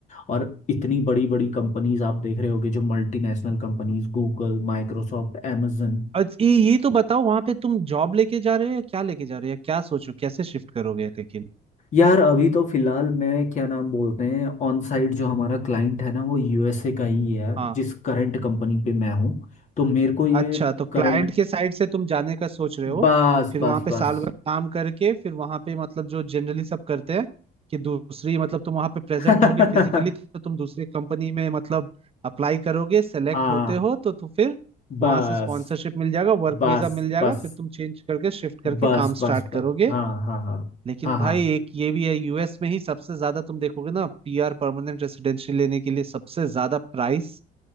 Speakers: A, on the left; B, on the right.
A: और इतनी बड़ी बड़ी कंपनीज आप देख रहे होगे जो multinational companies Google Microsoft amazon
B: अच्छा ये ये तो बताओ वहां पे तुम जॉब लेके जा रहे हो या क्या लेके जा रहे हो या क्या सोचो कैसे शिफ्ट करोगे लेकिन
A: यार अभी तो फिलहाल मैं क्या नाम बोलते हैं ऑन साइट जो हमारा क्लाइंट है ना वो यूएसए का ही है
B: हाँ
A: जिस करंट कंपनी पे मैं हूँ तो मेरे को ये
B: अच्छा तो क्लाइंट
A: करंट
B: के साइड से तुम जाने का सोच रहे हो
A: बस
B: फिर
A: बस
B: वहां पे
A: बस
B: साल भर काम करके फिर वहां पे मतलब जो जनरली सब करते हैं कि दूसरी मतलब तुम वहां पे प्रेजेंट
A: <laughs> हाँ
B: होगे फिजिकली तो तुम दूसरी कंपनी में मतलब अप्लाई करोगे सेलेक्ट
A: हाँ
B: होते हो तो, तो फिर वहां
A: बस
B: से स्पॉन्सरशिप मिल जाएगा वर्क
A: बस
B: वीजा मिल जाएगा
A: बस
B: फिर तुम चेंज करके शिफ्ट करके
A: बस
B: काम
A: बस
B: स्टार्ट
A: बस
B: करोगे
A: हाँ हाँ हाँ
B: लेकिन
A: हाँ
B: भाई
A: हाँ
B: एक ये भी है यूएस में ही सबसे ज्यादा तुम देखोगे ना पीआर परमानेंट रेसिडेंसी लेने के लिए सबसे ज्यादा प्राइस